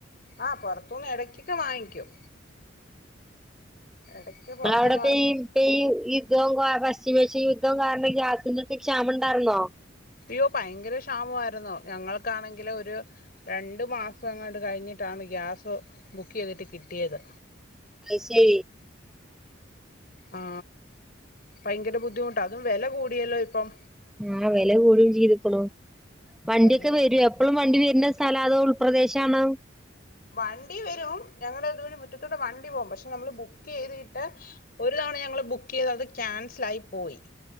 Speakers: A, on the left; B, in the centre.
A: ആ പുറത്തനിന്ന് ഇടക്കൊക്കെ വാങ്ങിക്കും എടക്ക് പൊറത്തുന്ന്
B: ആ അവിടെക്കെ
A: വാങ്ങിക്കും
B: ഇപ്പം യുദ്ധംകാര പശ്ചിമേഷൻ യുദ്ധം കാരണം ഗ്യാസും കുറ്റിക്ക് ക്ഷാമം ഉണ്ടായിരുന്നോ
A: അയ്യോ ഭയങ്കര ക്ഷാമമായിന്നോ ഞങ്ങൾക്കാണെങ്കില ഒരു രണ്ടു മാസംങ്ങാണ്ട് കഴിഞ്ഞിട്ടാണ് ഗ്യാസ് ബുക്ക് ചെയ്തിട്ട് കിട്ടിയത്
B: അത് ശരി
A: ആ ഭയങ്കര ബുദ്ധിമുട്ട് ആ അതും വില കൂടിയല്ലോ ഇപ്പം
B: ആ വില കൂടിയും ചെയ്തിക്കുണു വണ്ടിയൊക്കെ
A: എല്ല
B: വരൂ എപ്പളും വണ്ടി വ- വരുന്ന സ്ഥല അതോ ഉൾപ്രദേശണ്
A: വണ്ടി വരും ഞങ്ങടെ ഇതു വഴി മുറ്റത്തോടെ വണ്ടി പോകവും പക്ഷെ നമ്മൾ ബുക്ക് ചെയ്തിട്ട് ഒരു തവണ ഞങ്ങള് ബുക്ക് ചെയ്ത് അത് ക്യാൻസൽ ആയി പോയി